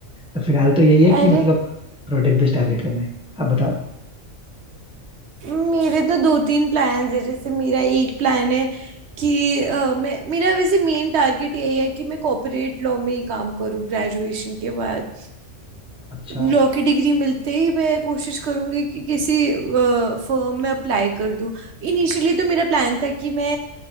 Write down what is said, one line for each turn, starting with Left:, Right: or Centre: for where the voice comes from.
Centre: तो फिलहाल तो यही है
Right: <laughs>
Centre: कि मतलब
Right: अरे
Centre: प्रोडक्ट बेस्ड टारगेट करना है आप बताओ
Right: मेरे तो दो तीन प्लान्स है जैसे मेरा एक प्लान है कि अ, मैं मेरा वैसे मेन टारगेट यही है कि मैं कॉर्पोरेट लॉ में ही काम करूँ ग्रेजुएशन के बाद
Centre: अच्छा
Right: लॉ की डिग्री मिलते ही मैं कोशिश करूँगी कि किसी फर्म में अप्लाई कर दूँ इनिशियली तो मेरा प्लान था कि मैं